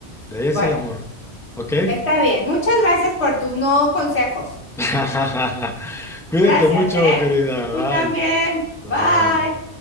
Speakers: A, in the centre; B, on the left (about 60°).
A: de ahí es
B: Bueno.
A: el amor. ¿Ok?
B: Está bien. Muchas gracias por tus no consejos.
A: <laughs> Cuídate
B: Gracias,
A: mucho,
B: ¿eh?
A: querida.
B: Tú
A: Bye.
B: también. Bye.
A: Bye.